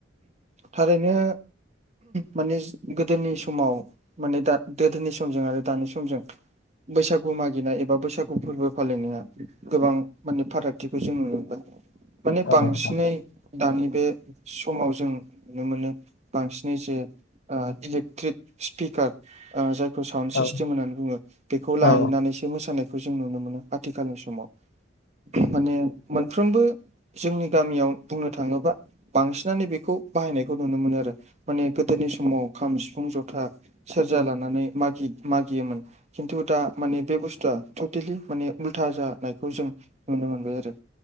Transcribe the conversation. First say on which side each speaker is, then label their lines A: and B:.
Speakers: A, on the right; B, on the left.
A: थारैनो माने गोदोनि समाव माने दा गोदोनि समजों आरो दानि समजों बैसागु मागिनाय एबा बैसागु फोरबो फालिनाया गोबां माने फारागथिखौ जों नुनो मोनबाय माने
B: औ
A: बांसिननानो
B: नोंथां
A: दानि बे समाव जों नुनो मोनो बांसिनै जे इलेक्ट्रिक स्पिकार जाय प्र साउन्ड सिस्टेम
B: औ
A: होननानै बुङो बेखौ लायनानैसो
B: औ
A: मोसानायखौ जों नुनो मोनो आथिखालनि समाव माने मोनफ्रोमबो जोंनि गामियाव बुंनो थाङोबा बांसिनानो बेखौ बाहायनायखौ नुनो मोनो आरो माने गोदोनि समाव खाम सिफुं जथा सेरजा लानानै मागि मागियोमोन खिन्थु दा माने बे बुस्थुआ टटेलि माने उल्था जानायखौ जों नुनो मोनबाय ज